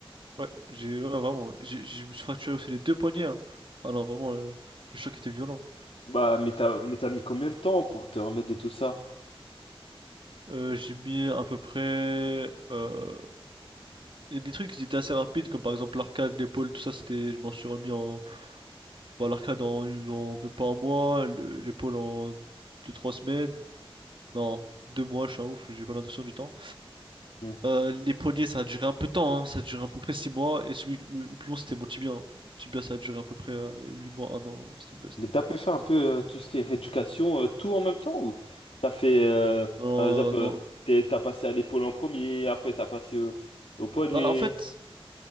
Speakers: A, on the right; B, on the left.
A: ouais, j'ai, ouais, vraiment, j'ai, je me suis fracturé aussi les deux poignets, hein. Ah non, vraiment, euh, le choc était violent.
B: Bah, mais t'as, mais t'as mis combien de temps pour te remettre de tout ça?
A: Euh, j'ai mis à peu près. euh, Et des trucs qui étaient assez rapides, comme par exemple l'arcade, l'épaule, tout ça, c'était, je m'en suis remis en, bah, l'arcade en, en même pas un mois, le- l'épaule en deux, trois semaines, non, deux mois, je suis un ouf, j'ai pas l'intention du temps.
B: Hmm.
A: Euh, les poignets, ça a duré un peu de temps, hein, ça a duré à peu près six mois, et celui le, le plus long, c'était mon tibia. hein. Mon Tibia, ça a duré à peu près euh, huit mois, un an, laisse tomber, c'était...
B: Mais t'as pu faire un peu euh, tout ce qui est rééducation, euh, tout en même temps? Ou t'as fait, euh,
A: Non,
B: par exemple, euh,
A: non.
B: t'es- t'as passé à l'épaule en premier, après t'as passé au, au poignet.
A: Bah, en fait,